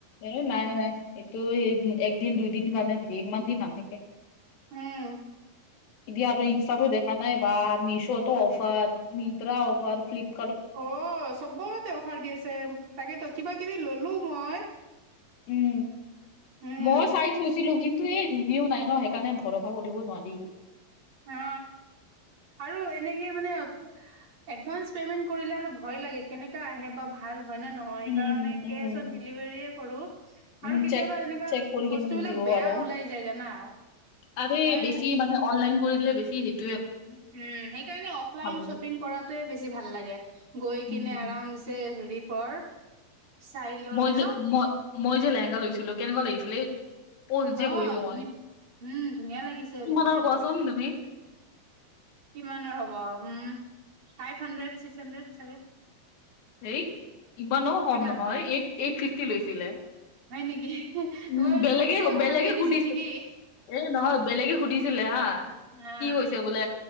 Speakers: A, on the left (about 70°); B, on the right (about 50°).
A: এ নাই নাই এইটো একদিন দুইদিন কাৰণে থাকে ইমান দিন নাথাকে।
B: উম।
A: এতিয়া আৰু ইনষ্টাতো দেখা নাই বা মিছতো অফাৰ মট্ৰা অফাৰ ফ্লিপ।
B: অ চবতে অফাৰ দি আছে তাকেতো কিবা কিবি ললো মই।
A: উম
B: উম,
A: ময়ো চাই থৈছিলিলো কিন্তু। এই ভিনিও নাই ন সেইকাৰণে ভৰসা কৰিব নোৱাৰি।
B: অ আৰু এনেকে মানে। এডভান্স পেমেন্ট কৰিলে আৰু ভয় লাগে কেনেকা আহে বা ভাল। হয় নে নহয়
A: উম
B: স কাৰণে
A: উম
B: কেচ অন ডেলিভাৰে কৰো।
A: উম
B: আৰু কেতিয়াবা
A: চেক
B: এনেকুৱা
A: চেক কৰি কেনে
B: বস্তু বিলাক
A: দিব
B: বেয়া
A: পাৰা
B: ওলাই যায় জানা।
A: আৰে
B: মই এনে
A: বেছি মানে অনলাইন কৰিলে বেছি হ।
B: উম সেইকাৰণে অফলাইন
A: ওলাই
B: শ্বপিং কৰাটোয়ে বেছি ভাল লাগে গৈ
A: উম
B: কিনে আৰাম এ হেৰি কৰ চাই ল
A: মই
B: হয়
A: যে
B: ন?
A: মই মই যে লেহেংগা লৈছিলো কেনেকুৱা লাগিছিলে যে
B: অ',
A: কৰিছো
B: ধুনীয়া
A: মই
B: উম, ধুনীয়া লাগিছে
A: কিমান
B: লেহেংগাটো।
A: আৰু কোৱাচোন তুমি
B: কিমানৰ হ'ব um five hundred six hundred চাগে
A: হেই ইমানো হম
B: কিমান
A: নহয় এইট এইট ফিফটি লৈছিলে
B: হয় নেকি?
A: উম
B: মই ভাবিছোঁ
A: বেলেগে
B: বেছি অফাৰ
A: বেলেগে
B: দি দিছে
A: সুধিছে
B: নেকি?
A: এ নহয় বেলেগে সুধিছে ছিলে হা
B: অ',
A: কি হৈছে বোলে